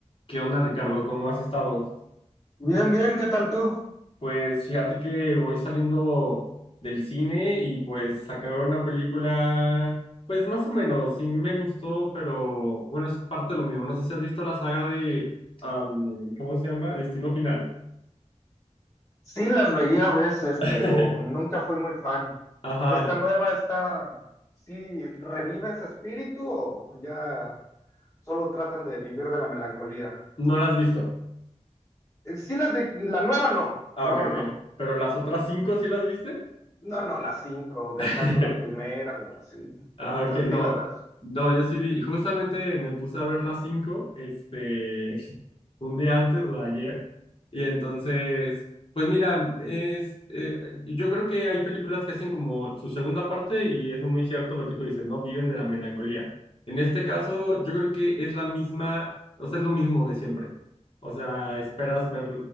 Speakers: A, on the left; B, on the left.
A: ¿Qué onda, Ricardo? ¿Cómo has estado?
B: Bien, bien, ¿qué tal tú?
A: Pues fíjate que voy saliendo del cine y pues sacaron una película, pues más o menos, sí me gustó, pero bueno, es parte de lo mismo. No sé si has visto la saga de, am, ¿cómo se llama? Destino Final.
B: Sí, las veía a veces,
A: <laughs>
B: pero nunca fui muy fan.
A: Ajá,
B: ¿Esta nueva está, sí, revive ese espíritu o ya solo tratan de vivir de la melancolía?
A: no la has visto.
B: Eh, Sí, las de- la nueva no,
A: Ah,
B: la nueva
A: ok, ok.
B: no.
A: Pero las otras cinco sí las viste.
B: No, no, las cinco, de
A: <laughs>
B: acaso la primera o así,
A: Ah, ok,
B: salteadas.
A: no. No, yo sí vi, justamente me puse a ver las cinco, este, un día antes o ayer. Y entonces, pues mira, es, eh, yo creo que hay películas que hacen como su segunda parte y es muy cierto lo que tú dices, ¿no? Viven de la melancolía. En este caso, yo creo que es la misma, o sea, es lo mismo de siempre. O sea, esperas ver,